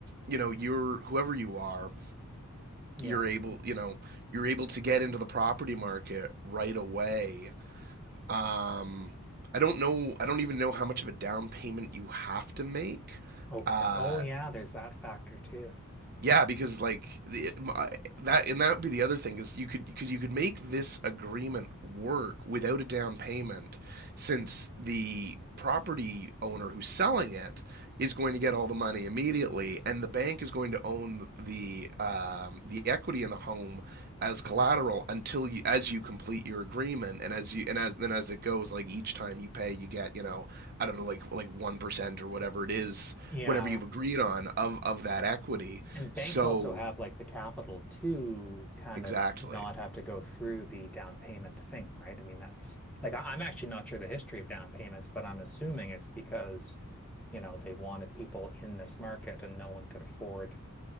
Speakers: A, on the right; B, in the centre.
A: you know you're whoever you are
B: Yeah.
A: you're able you know you're able to get into the property market right away um, I don't know. I don't even know how much of a down payment you have to make.
B: Okay.
A: Uh,
B: Oh yeah, there's that factor too.
A: yeah, because like the, my, that, and that would be the other thing is you could because you could make this agreement work without a down payment, since the property owner who's selling it is going to get all the money immediately, and the bank is going to own the um, the equity in the home as collateral until you as you complete your agreement, and as you and as then as it goes, like each time you pay, you get you know I don't know like like one percent or whatever it is,
B: Yeah.
A: whatever you've agreed on of of that equity,
B: And banks
A: so
B: also have like the capital to kind
A: exactly.
B: of not have to go through the down payment thing, right? I mean, that's like I, I'm actually not sure the history of down payments, but I'm assuming it's because, you know, they wanted people in this market and no one could afford,